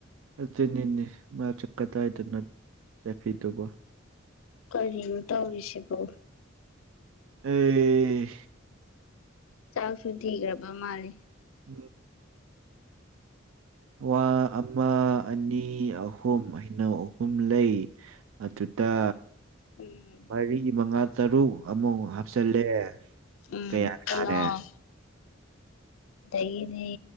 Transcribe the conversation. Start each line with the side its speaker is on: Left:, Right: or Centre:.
Right: ꯑꯗꯨꯅꯤꯅꯦ ꯃꯁꯨ ꯀꯗꯥꯏꯗꯅꯣ ꯆꯠꯈꯔ꯭ꯤꯗꯨꯕꯣ
Left: ꯀꯔꯤꯅꯣ ꯇꯧꯔꯤꯁꯤꯕꯣ
Right: ꯑꯦ
Left: ꯆꯥꯛꯁꯨ ꯊꯤꯈꯔꯥꯕ ꯃꯥꯜꯂꯤ
Right: ꯎꯝ ꯋꯥ ꯑꯃ ꯑꯅꯤ ꯑꯍꯨꯝ ꯍꯩꯅꯧ ꯑꯍꯨꯝ ꯂꯩ ꯑꯗꯨ ꯗ
Left: ꯎꯝ
Right: ꯃꯔꯤ ꯃꯉꯥ ꯇꯔꯨꯛ ꯑꯃꯨꯛ ꯍꯥꯞꯆꯜꯂꯦ
Left: ꯀꯅꯣ
Right: ꯀꯌꯥ ꯇꯥꯔꯦ
Left: ꯑꯗꯒꯤꯗꯤ